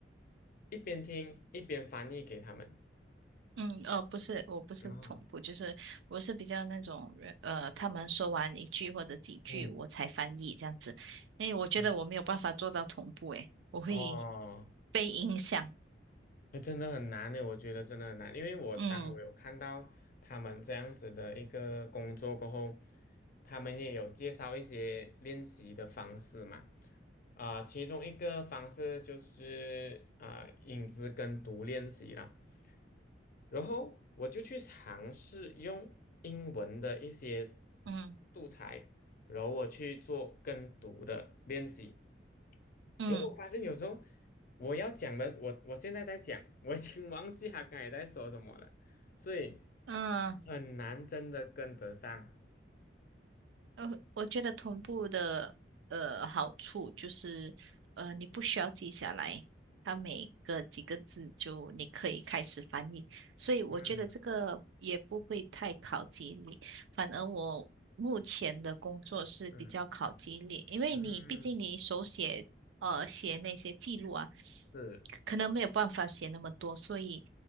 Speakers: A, on the left (about 50°); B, on the right (about 85°).
A: 一边听一边翻译给他们。
B: 嗯，呃，不是，我不是同步，
A: 啊，
B: 就是我是比较那种人，呃，他们说完一句或者几句，
A: 嗯
B: 我才翻译这样子，因为我觉得我没有办法做到同步，
A: 嗯，
B: 诶，我会
A: 哦，
B: 被影响。
A: 哎，真的很难呢，我觉得真的很难，因为我当嗯我有看到他们这样子的一个工作过后，
B: 嗯
A: 他们也有介绍一些练习的方式嘛，啊、其中一个方式就是啊、影子跟读练习啦，然后我就去尝试用英文的一些
B: 嗯
A: 素材，然后我去做跟读的练习。
B: 嗯
A: 如果发现有时候我要讲的，我我现在在讲，我已经忘记他刚才在说什么了，所以
B: 嗯，
A: 很难真的跟得上。
B: 呃，我觉得同步的呃好处就是，呃，你不需要记下来，它每个几个字就你可以开始翻译，所以我觉得这个也不会太考记忆力，
A: 嗯
B: 反而我目前的工作是比较考记忆力，
A: 嗯
B: 因为你毕竟你手写呃写那些记录啊，
A: 嗯，是，
B: 可能没有办法写那么多，所以。